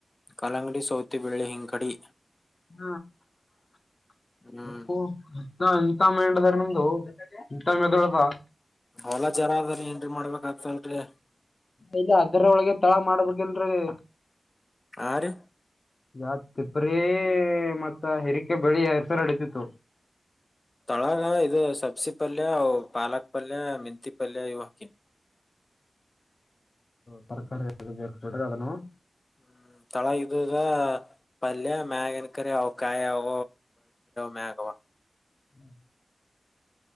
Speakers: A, on the left; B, on the left.
A: ಅಲಂಗಡಿ ಸೌತಿ ಬೆಳ್ಳಿ ಹಿಂಕಡಿ.
B: ಹ
A: ಹ್ಮ್
B: ಅಪ್ಪ ಎಂತ ಮೇ. ನಿಮ್ದುಟೈಮ್ದೊಳದ <inaudible>
A: ಹಲಾ ಜರ ಅದ್ರೀ ಎಂಟ್ರಿ ಮಾಡ್ಬೇಕ ಆಗ್ತರಿ.
B: ಇಲ್ಲ ಅದರ ಒಳಗೆ ತಳ ಮಾಡ್ಬೇಕಲ್ರರಿ.
A: ಹಾ ರೀ
B: ಯ <unintelligible> ತಿಪ್ರೀ ಮತ್ತ ಹಿರಿಕೆ ಬೆಳಿ ಎರ್ಸರ ಅಡತಿತ್ತು.
A: ತೊಳಗ ಇದು ಸಬ್ಸಿ ಪಲ್ಯ ಅವು ಪಾಲಕ್ ಪಲ್ಯ ಮೆಂತಿ ಪಲ್ಯ ಇವು ಹಾಕಿನಿ.
B: ತರಕಾರಿ ಬೇಕೊಟಗ ಅದನು.
A: ಹ್ಮ್ ತಳಗದ ಪಲ್ಯ ಮ್ಯಾಗನ್ ಕರಿ ಅವಕಾಯಿ ಅವ. ಮ್ಯಗವಾ.
B: ಹ್ಮ್